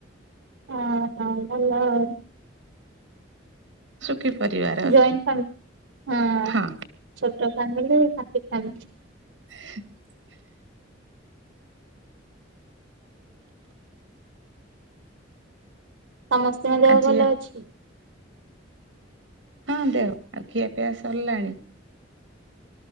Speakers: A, on the right; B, on the right.
A: ଉହୁଁ ଭଲ ଆଉ
B: ସୁଖୀ ପରିବାର
A: ଜଏଣ୍ଟ
B: ଅଛୁ
A: ଫ୍ୟାମିଲି ହୁଁ
B: ହଁ
A: ଛୋଟ ଫ୍ୟାମିଲି ହାପି ଫ୍ୟାମିଲି
B: <unintelligible> <inaudible>
A: ସମସ୍ତଙ୍କ ଦେହ
B: ଆଜି
A: ଭଲ ଅଛି।
B: ହଁ ଦେହ ଆଉ ଖିଆ ପିଆ ସରିଲାଣି?